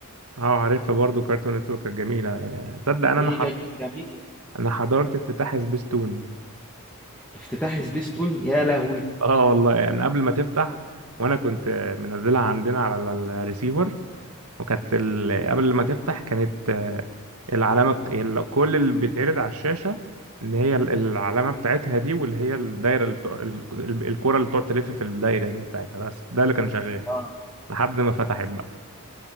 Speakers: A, on the right; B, in the centre.
A: اه عارفها برضو كارتون نتورك كانت جميله يعني تصدق انا
B: دي
A: انا حض...
B: كانت جميلة
A: انا حضرت افتتاح سبيستون
B: افتتاح سبيستون يا لهوي
A: اه والله يعني قبل ما تفتح وانا كنت منزلها عندنا على ال- الريسيفر وكانت ال... قبل ما تفتح كانت آه، العلامة بت... ال- كل اللي بيتعرض على الشاشة ان هي ال- العلامة بتاعتها دي واللي هي الدايرة اللي بتوع... ال- ال- الكرة اللي بتقعد تلف في الدايرة دي بتاعتها بس ده اللي كان شغال
B: اه
A: لحد ما فتحت بقى